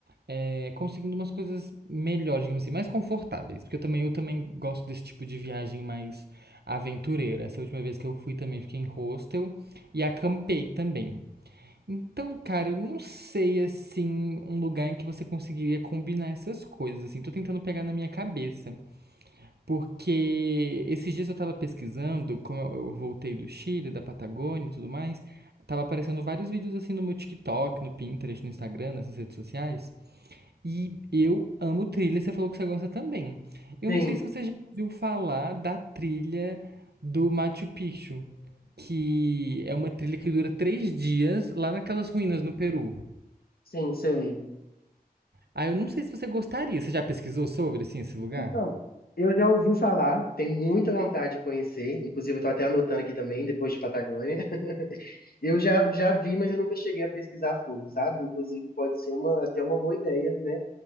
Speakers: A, on the right; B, on the left.
A: é, conseguindo umas coisas melhores, digamos assim, mais confortáveis. Porque eu também, eu também gosto desse tipo de viagem mais aventureira. Essa última vez que eu fui também fiquei em hostel e acampei também. Então, cara, eu não sei, assim, um lugar em que você conseguiria combinar essas coisas, assim. Tô tentando pegar na minha cabeça. Porque esses dias eu tava pesquisando, como eu eu voltei do Chile, da Patagônia e tudo mais, tava aparecendo vários vídeos, assim, no meu TikTok, no Pinterest, no Instagram, nessas redes sociais. E eu amo trilha, você falou que você gosta também. Eu
B: Sim,
A: não sei se você já ouviu falar da trilha do Machu Picchu, que é uma trilha que dura três dias lá naquelas ruínas no Peru.
B: sim, sei.
A: Ah, eu não sei se você gostaria. Você já pesquisou sobre, assim, esse lugar?
B: Então, eu já ouvi falar, tenho muita vontade de conhecer, inclusive eu tô até anotando aqui também, depois de Patagônia. <laughs> Eu já, já vi, mas eu nunca cheguei a pesquisar a fundo, sabe? Inclusive pode ser uma, até uma boa ideia, né?